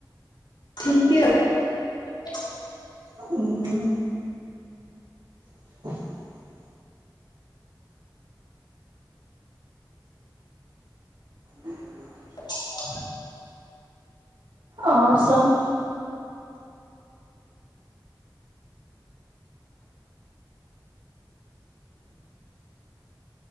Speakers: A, on the left; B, on the right.
A: ठीके <inaudible>
B: उंम्म हूम्म <inaudible> जी जी
A: <inaudible>
B: आओर सभ